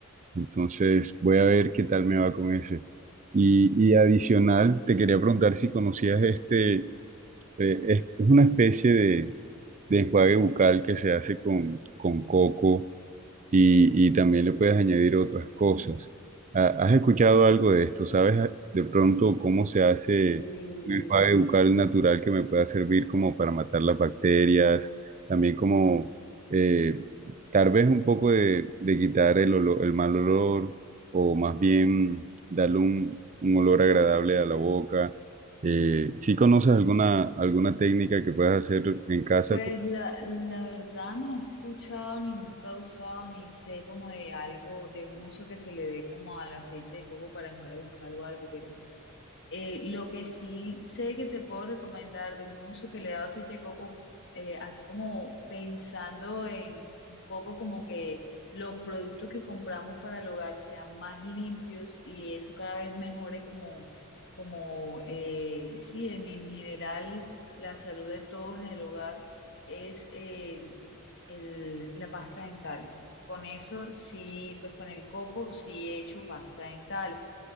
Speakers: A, on the right (about 35°); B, on the left (about 55°).
A: entonces voy a ver qué tal me va con ese. Y, y adicional, te quería preguntar si conocías este, eh, es es una especie de, de enjuague bucal que se hace con, con coco y, y también le puedes añadir otras cosas. Ah, ¿Has escuchado algo de esto? ¿Sabes ah, de pronto cómo se hace
B: Mm,
A: un enjuague bucal natural que me pueda servir como para matar las bacterias? También como eh, tal vez un poco de, de quitar el olor- el mal olor o más bien darle un, un olor agradable a la boca. Eh, ¿sí conoces alguna, alguna técnica que puedas hacer en casa
B: Pues la, la verdad no he escuchado ni nunca he usado ni sé como de algo, de un uso que se le dé como al aceite de coco para enjuague bucal o algo, pero Eh, lo que sí sé que te puedo recomendar de un uso que le he dado aceite de coco, eh, así como pensando en un poco como que los productos que compramos para el hogar sean más limpios y eso cada vez mejore como, como eh, sí, en, en general la salud de todos en el hogar, es eh, el- la pasta dental. Con eso sí, pues con el coco sí he hecho pasta dental